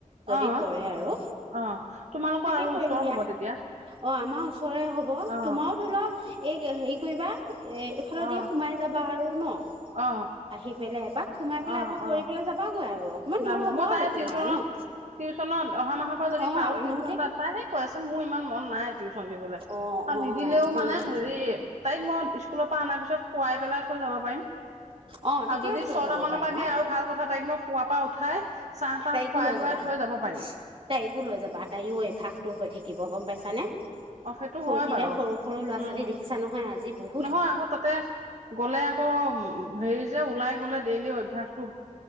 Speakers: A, on the right; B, on the right.
A: যদি
B: অ অ
A: কৰে আৰু।
B: অ তোমালোকৰ
A: তাকে
B: আৰু
A: কৰিম
B: ওচৰ
A: দিয়া
B: হ'ব তেতিয়া
A: অ', আমাৰ ওচৰেৰে হ'ব
B: অ
A: তোমাৰো ধৰি লওঁ এই হেৰি কৰিবা এ এইফালৰ
B: অ
A: দি সোমাই যাবা আৰু ন'
B: অ
A: আহি পেলাই। এপাক সোমাই পেলাই
B: অ
A: আকৌ কৰি
B: অ
A: পেলাই যাবাগৈ আৰু মান
B: যামগৈ
A: দূৰ হ'ব
B: মই
A: আৰু
B: তাই
A: তোমাৰ
B: টিউচনত
A: ন'
B: টিউচনত অহা মাহৰ পৰা যদি
A: অ',
B: পাৰো
A: আনো
B: টিউচন তাত তাইহে কৈ আছে, মোৰ ইমান মন নাই টিউচন দিবলে
A: অ
B: আৰু
A: অ
B: নিদিলেও
A: হয়
B: মানে
A: নেকি
B: হেৰি তাইক মই স্কুলৰ পৰা আনাৰ পিছ খোৱাই পেলাই থৈ যাব পাৰিম
A: অ তেতিয়াও
B: আৰু যদি
A: থৈ
B: ছট
A: যাব
B: মানৰ
A: পাৰিবা
B: পৰা দিয়া আৰু ভাল কথা তাইক মই শুৱা পা উঠাই চাহ তাহ
A: তাইকো
B: খুৱাই
A: লৈ
B: বোৱাই
A: যাবা,
B: থৈ যাব পাৰিম
A: তাইকো লৈ যাবা, তায়ো অভ্যাসটো হৈ থাকিব গম পাইছ চানে
B: অ সেইটো
A: ফূৰ্তিৰে
B: হয় বাৰু
A: সৰু সৰু ল'ৰা-ছোৱালী
B: উম
A: দেখিছা নহয়, আজি বহু
B: নহয় আকৌ তাতে গ'লে আকৌ হেৰি যে ওলাই গলে ডেইলি অভ্যয়াসটো